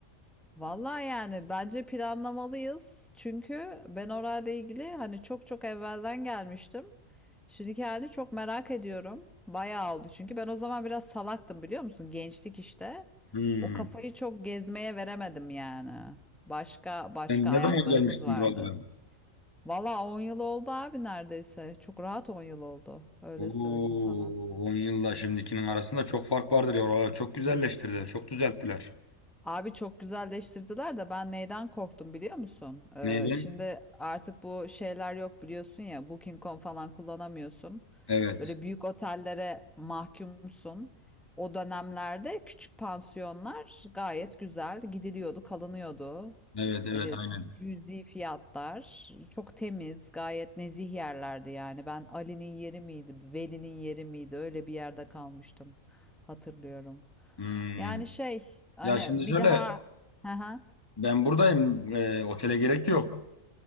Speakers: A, in the centre; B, on the left.
A: Vallahi yani bence planlamalıyız. Çünkü ben orayla ilgili hani çok çok evvelden gelmiştim. Şimdiki halini çok merak ediyorum. Bayağı oldu çünkü ben o zaman biraz salaktım biliyor musun? Gençlik işte.
B: Hmm.
A: O kafayı çok gezmeye veremedim yani. Başka başka
B: Sen ne
A: ayaklarımız
B: zaman gelmiştin
A: vardı.
B: buralara?
A: Vallahi 10 yıl oldu abi neredeyse. Çok rahat 10 yıl oldu. Öyle
B: Oo,
A: söyleyeyim sana.
B: 10 yılla şimdikinin arasında çok fark vardır ya. Oralar çok güzelleştirdiler, çok düzelttiler.
A: Abi çok güzelleştirdiler de ben neyden korktum biliyor musun? Ee,
B: Neydi?
A: şimdi artık bu şeyler yok biliyorsun ya Booking.com falan kullanamıyorsun.
B: Evet.
A: Böyle büyük otellere mahkumsun. O dönemlerde küçük pansiyonlar gayet güzel gidiliyordu, kalınıyordu.
B: Evet, evet,
A: Öyle
B: aynen.
A: cüzi fiyatlar, çok temiz, gayet nezih yerlerdi yani. Ben Ali'nin yeri miydi, Veli'nin yeri miydi? Öyle bir yerde kalmıştım. Hatırlıyorum.
B: Hmm.
A: Yani şey hani
B: Ya şimdi
A: bir
B: şöyle,
A: daha Hı hı.
B: ben buradayım. Ee, otele gerek yok.